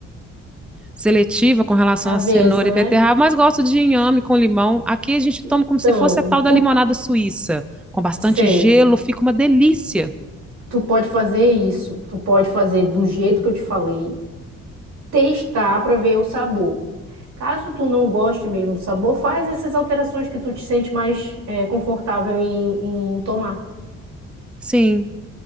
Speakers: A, in the centre; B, on the right.
A: seletiva com relação
B: Cabeça,
A: a cenoura e
B: né?
A: beterraba, mas gosto de inhame com limão. Aqui a gente toma
B: Então,
A: como se fosse a tal
B: tu
A: da limonada suíça, com bastante
B: sei,
A: gelo, fica uma delícia.
B: tu pode fazer isso, tu pode fazer do jeito que eu te falei, testar para ver o sabor. Caso tu não goste mesmo do sabor, faz essas alterações que tu te sente mais eh, confortável em, em tomar.
A: Sim,